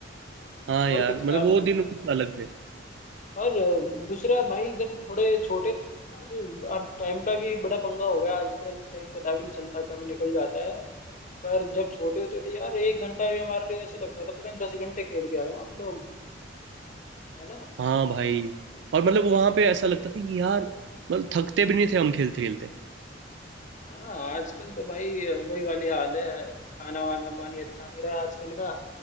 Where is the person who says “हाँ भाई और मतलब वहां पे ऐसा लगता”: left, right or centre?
Right